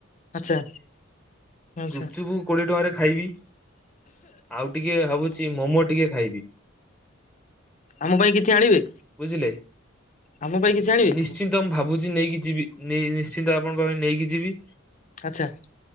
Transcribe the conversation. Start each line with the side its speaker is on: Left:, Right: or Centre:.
Left: ଆଚ୍ଛା। ଆଚ୍ଛା
Centre: ଗୁପଚୁପୁ କୋଡ଼ିଏ ଟଙ୍କାରେ ଖାଇବି। ଆଉ ଟିକେ ଭାବୁଚି ମୋମୋ ଟିକେ ଖାଇବି।
Left: ଆମ ପାଇଁ କିଛି ଆଣିବେ
Centre: ବୁଝିଲେ
Left: ଆମ ପାଇଁ କିଛି ଆଣିବେ
Centre: ନିଶ୍ଚିନ୍ତ ମୁଁ ଭାବୁଛି ନେଇକି ଯିବି। ନେଇ ନିଶ୍ଚିନ୍ତ ଆପଣଙ୍କ ପାଖ ନେଇକି ଯିବି।
Left: ଆଛା